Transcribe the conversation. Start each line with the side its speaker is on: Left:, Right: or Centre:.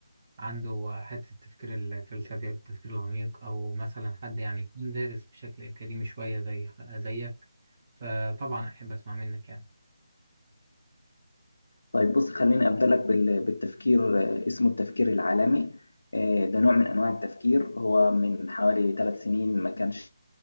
Right: عنده حته التفكير الفلسفي او التفكير العميق او مثلا حد يعني يكون دارس بشكل اكاديمي شويه زي زيك فطبعا احب اسمع منك يعني
Left: طيب بص خليني أبدأ لك بال- بالتفكير آه، اسمه التفكير العالمي آه، ده نوع من أنواع التفكير هو من حوالي ثلاث سنين ما كانش